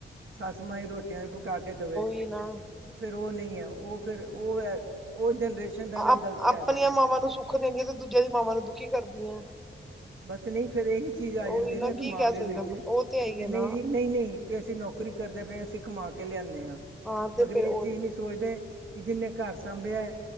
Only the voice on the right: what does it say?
ਸੱਸ ਮਾਂ ਈ ਰੋ ਟੀਆਂ ਪਕਾ ਕੇ ਦਵੇ।
ਫੇਰ ਓ ਨਈ ਐ। ਓ ਫੇਰ ਓ ਐ, ਓ ਜਨਰੇਸ਼ਨ ਦਾ ਨਾ ਏੱਕ
ਗਲਤ ਫੈਦਾ
ਐ।
ਬਸ ਨਈ ਫੇਰ ਏਹੀ ਚੀਜ਼ ਆ ਜਾਂਦੀ
ਏ ਨਾ
ਦਿਮਾਗ
ਦੇ
ਵਿੱਚ। ਕੇਂਦੇ
ਜੀ ਨਈ-ਨਈ ਵੀ ਅਸੀ ਨੌਕਰੀ ਕਰਦੇ ਪਏ ਆਂ। ਅਸੀ ਕਮਾ ਕੇ ਲਿਆਨੇ ਆਂ।
ਮਗਰ
ਏ
ਚੀਜ਼ ਨੀ ਸੋਚਦੇ ਕਿ ਜਿੰਨੇ ਘਰ ਸਾਂਭੇਐ